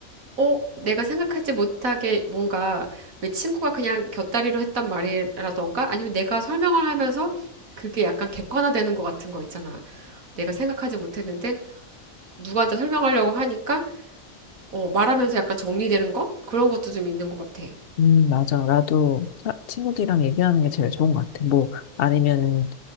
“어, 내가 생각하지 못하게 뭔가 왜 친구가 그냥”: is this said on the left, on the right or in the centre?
Right